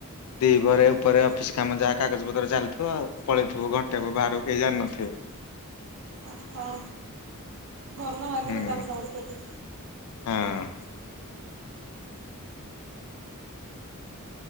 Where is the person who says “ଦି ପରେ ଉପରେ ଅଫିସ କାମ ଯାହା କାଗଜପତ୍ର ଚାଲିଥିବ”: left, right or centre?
Left